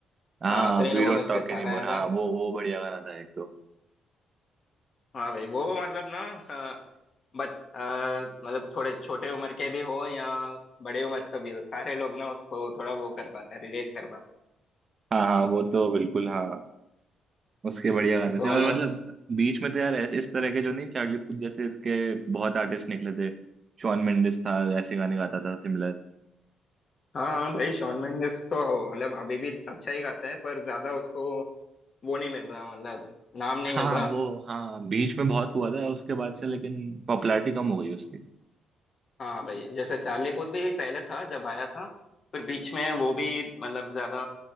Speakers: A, on the right (about 40°); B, on the left (about 45°).
A: हाँ
B: हाँ सेलेना
A: वी
B: गोमेज
A: डोंट टॉक
B: के साथ
A: एनीमोर
B: आया था
A: हाँ वो वो बढ़िया गाना था एक तो
B: हाँ भाई वो मतलब ना अ, बच अ, मतलब थोड़े छोटे उम्र के भी हो या बड़े उम्र का भी हो सारे लोग ना उसको थोड़ा वो कर पाते हैं रिलेट कर पाते हैं
A: हाँ हाँ वो तो बिल्कुल हाँ उसके बढ़िया गाने
B: तो
A: थे और
B: मतलब
A: मतलब बीच में तो यार ऐसे- इस तरह के जो नहीं चार्ली पूथ जैसे इसके बहुत आर्टिस्ट निकले थे शॉन मेंडिस था ऐसे गाने गाता था सिमिलर
B: हाँ हाँ भाई शॉन मेंडिस तो मतलब अभी भी अच्छा ही गाता है पर ज्यादा उसको वो नहीं मिल रहा मतलब नाम नहीं
A: हाँ
B: मिल रहा
A: वो हाँ बीच में बहुत हुआ था उसके बाद से लेकिन पॉपुलैरिटी कम हो गई उसकी
B: हाँ हाँ, भाई जैसे चार्ली पुथ भी पहले था जब आया था फिर बीच में वो भी मतलब ज्यादा